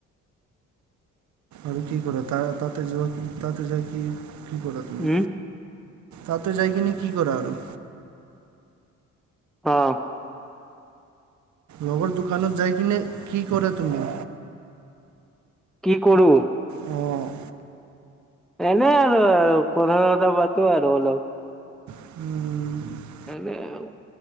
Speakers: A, on the right; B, in the centre.
A: আৰু কি কৰা, তা তাতে যোৱা, তাতে যায় কি কৰা তুমি?
B: উম
A: তাতে যায় কিনি, কি কৰা আৰু?
B: অ'।
A: লগৰ দোকানত যায় কিনে, কি কৰা তুমি?
B: কি কৰোঁ।
A: অ'।
B: এনেই আৰু, কথা-চথা, পাতোঁ আৰু অলপ।
A: উম।
B: এনে আৰু।